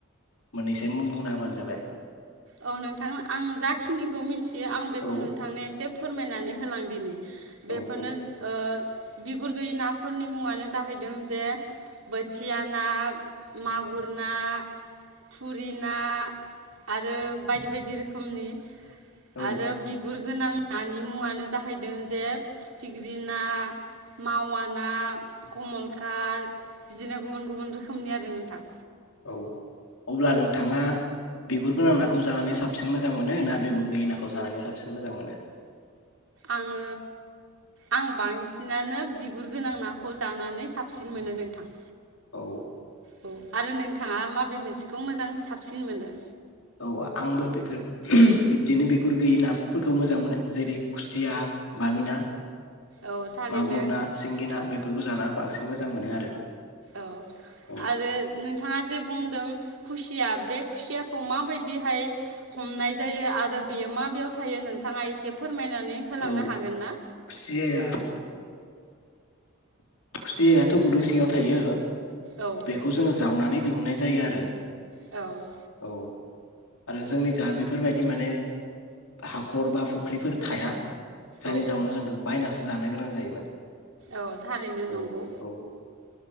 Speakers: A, on the left; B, on the right.
A: मोननैसो मुं बुंना होबानो जाबाय।
B: औ नोंथां आं जाखिनिखौ मिथियो आं बेखौ
A: औ
B: नोंथांनो एसे फोरमायनानै होलां ण् दिनि बेफोरनो
A: औ बुं
B: ओ बिगुर गैयि नाफोरनि मुङानो जाहैदों जे बोथिया ना मागुर ना थुरि ना आरो बायदि बायदि रोखोमनि।
A: औ
B: आरो बिगुर गोनां नानि मुङानो जाहैदों जे फिथिख्रि ना मावा ना कमलकार बिदिनो गुबुन गुबुन रोखोमनि आरो नोंथां।
A: औ अब्ला नोंथाङा बिगुर गोनां नाखौ जानानै साबसिन मोजां मोनो ना बिगुर गैयि नाखौ जानानै साबसिन मोजां मोनो?
B: आङो आं बांसिनानो बिगुर गोनां नाखौ जानानै साबसिन मोनो नोंथां
A: औ
B: औ आरो नोंथाङा माबे मोनसेखौ मोजां साबसिन मोनो?
A: औ आंबो बेफोर बिब्दिनो बिगुर गैयै नाफोरखौ मोजां मोनो जेरै खुसिया बामि ना।
B: औ थारैनो
A: मागुर ना सिंगि ना बेफोरखौ जाना बांसिन मोजां मोनो आरो।
B: औ
A: औ
B: आरो नोंथाङा जे बुंदों खुसिया बे खुसियाखौ माबायदिहाय हमनाय जायो आरो बेयो माबेयाव थायो नोंथाङा एसे फोर फोरमायनानै होलांनो
A: औ
B: हागोन ना?
A: खुसियाया खुसियाथ' गुदुं सिङाव थायो।
B: औ
A: बेखौ जोङो जावनानै दिहुननाय जायो आरो।
B: औ
A: औ आरो जोंनि जा बेफोरबायदि माने हाखर बा फुख्रिफोर थाया जायनि
B: औ
A: जाउव जोंथु बायनास जानो गोनां जायो माने
B: औ थारैनो
A: औ
B: नंगौ।
A: औ